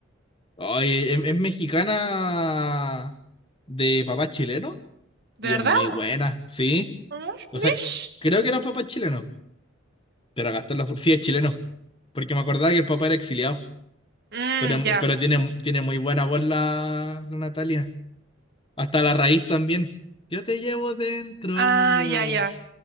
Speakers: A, on the left; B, on the right.
A: Oye, es, es mexicana de papá chileno
B: ¿De
A: y
B: verdad?
A: es muy buena, sí.
B: ¿Vamos?
A: O
B: ¿Mish?
A: sea, creo que era un papá chileno, pero Gastón Lafourcade sí es chileno, porque me acordaba que el papá era exiliado.
B: Mm,
A: Pero, em,
B: ya.
A: pero tiene, tiene muy buena voz la, la Natalia. Hasta la raíz también. Yo te llevo dentro.
B: Ah, ya, ya.